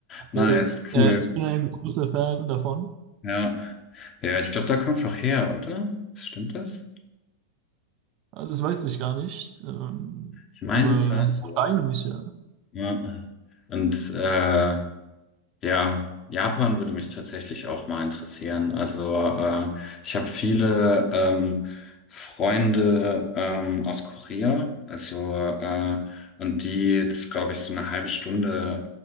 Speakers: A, on the left; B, on the right.
A: na,
B: Äh,
A: das ist
B: äh,
A: cool.
B: ich bin ein großer Fan davon.
A: Ja, ja, ich glaube, da kommst du auch her, oder? Stimmt das?
B: Ah, Das weiß ich gar nicht. Ähm,
A: Ich meine,
B: aber
A: es war so.
B: eigentlich, ja.
A: Ja. Und äh, ja, Japan würde mich tatsächlich auch mal interessieren. Also äh, ich habe viele ähm, Freunde ähm, aus Korea, also äh, und die, das glaube ich, so eine halbe Stunde